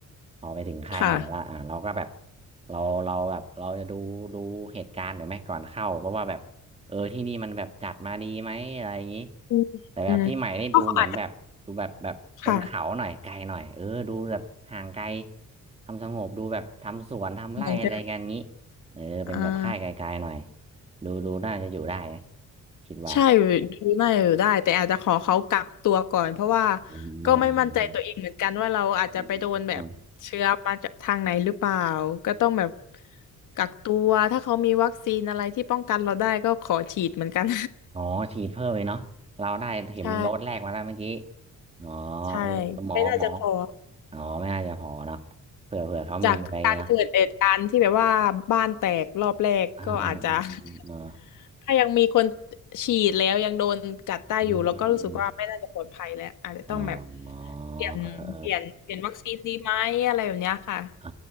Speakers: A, on the right; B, on the left.
A: พอไปถึงค่ายใหม่ละอ่ะเราก็แบบ
B: ค่ะ
A: เราเราแบบเราจะดูดูเหตุการณ์หรือไม่ก่อนเข้าเพราะว่าแบบ เออที่นี่มันแบบจัดมาดีไหมอะไรอย่างนี้
B: อืมอืม
A: แต่แบบที่ใหม่นี่ดูเหมือนแบบดูแบบแบบบนเขาหน่อยไกลหน่อยเออดูแบบห่างไกล
B: ก็อาจจะ ค่ะ
A: ทำสงบดูแบบทำสวนทำไร่อะไรกันงี้
B: เหมือนกัน
A: เออเป็นแบบค่ายไกลๆหน่อย
B: อ่า
A: ดูดูน่าจะอยู่ได้นะคิดว่า
B: ใช่ดูได้อยู่ได้แต่อาจจะขอเขากักตัวก่อนเพราะว่า
A: อือ๋อ
B: ก็ไม่มั่นใจตัวเองเหมือนกันว่าเราอาจจะไปโดนแบบเชื้อมาจากทางไหนหรือเปล่า
A: มอืมอืม
B: ก็ต้องแบบกักตัวถ้าเขามีวัคซีนอะไรที่ป้องกันเราได้ก็ขอฉีดเหมือนกัน
A: อ๋อฉีดเพิ่มเลยเนาะเราได้เข็มโดสแรกมาแล้วเมื่อกี้
B: <laughs> ใช่
A: อ๋อ
B: ใช่
A: เออหมอหมอ
B: ไม่น่าจะพอ
A: อ๋อไม่น่าจะพอเนาะเผื่อเผื่อเขามีอะไรเนาะ
B: จากการเกิดเหตุการณ์ที่แบบว่าบ้านแตกรอบแรกก็อาจจะ
A: อ่าอ่าอืมอืมเออ
B: <laughs> ถ้ายังมีคนฉีดแล้วยังโดนกัดได้อยู่แล้วก็รู้สึกว่าไม่น่าจะปลอดภัยแล้วอาจจะต้องแบบ
A: อืมอืมอืมอ๋อ
B: เปลี่ยนเปลี่ยนเปลี่ยนวัคซีนดีไหมอะไรแบบเนี้ยค่ะ
A: เออเอ